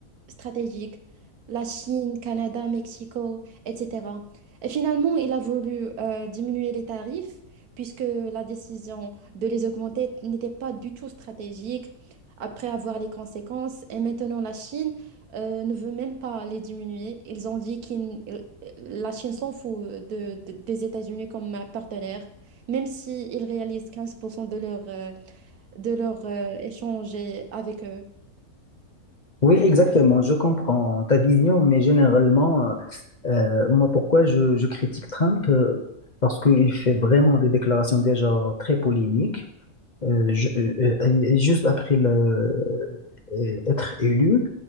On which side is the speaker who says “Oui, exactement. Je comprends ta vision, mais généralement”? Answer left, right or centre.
Left